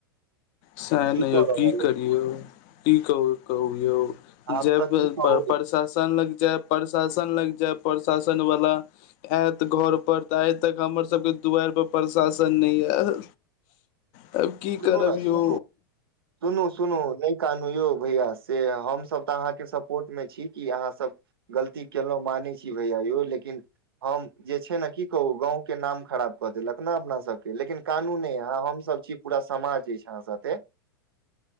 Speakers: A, on the left (about 50°); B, on the right (about 80°).
A: सन यो
B: कऽ रहल
A: की करियौ
B: है
A: की कहु-कहु यो जय
B: आब तऽ
A: वे
B: की कहू
A: प्र प्रशासन लग जाय, प्रशासन लग जाय प्रशासन वालला आयत घर पर तऽ आइ तक हमर सबके दुआरि पर प्रशाासन नहि ऄल। तब की
B: सुनू
A: करब
B: ने
A: यौ
B: सुनू सुनू सुनू न कनू यौ भैयस से हमसभ तऽ अहाँके सपोर्ट मे छी कि अहाँसभ गलती केलहुँ मानै छी भैया यौ लेकिन हम जे छै ने की कहू गाँंव के नाम खराब कऽ देलक ने अपना सबके लेकिन कानूने अहाँ हमसभ छी पूरा समाज जे छैय अहाँ साथे।